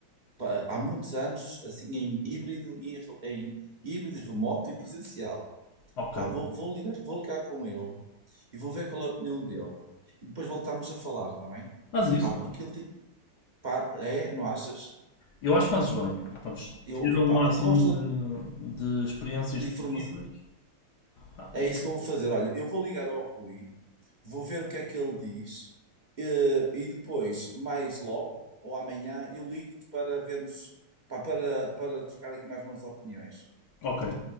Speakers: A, on the right; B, on the left.
A: pá, há muitos anos assim em híbrido e em, re- em híbrido remoto e presencial.
B: Ok.
A: Pá, vou, vou ligar, vou ligar com ele e vou ver qual é a opinião dele. E depois voltamos a falar, está bem?
B: Faz isso.
A: Pá, porque ele, ti- pá, é, não achas?
B: Eu acho que fazes bem. Vamos
A: Eu,
B: ter
A: pá,
B: o máximo
A: a tomar
B: de, de experiências
A: de
B: possíveis.
A: informação,
B: Ah,
A: é
B: e-
A: isso que eu vou fazer. Olha, eu vou ligar ao Rui, vou ver o que é que ele diz eh, e, depois, mais logo ou amanhã, eu ligo-te para vermos, pá, para, para trocar aqui mais umas opiniões.
B: Ok.